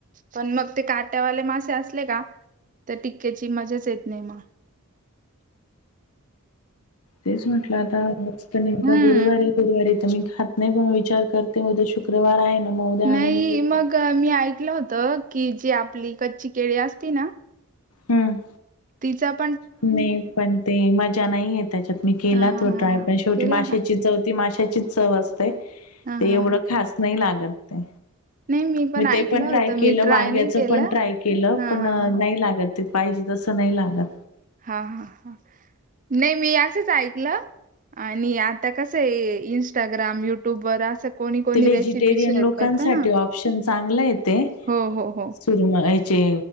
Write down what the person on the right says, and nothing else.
पण मग ते काट्यावाले मासे असले का त्या टिक्क्याची मजाच येत नाय म.
हम्म
नाही
मग मी ऐकलं होत, की जी आपली कच्ची केळी असती ना.
तिचा आप
हा हा
हा
हा
केला
का
हा हा
हा
नाही
ऐकलं
होतं
मी ट्राय
नाही केलं
हा
हा हा
हा हा हा नाही मी असच ऐकलं. आणि आता कसं आहे इंस्टाग्राम युट्यूब वर असं. कोणी कोणी
रेसिपी शेअर
करत ना
हो हो हो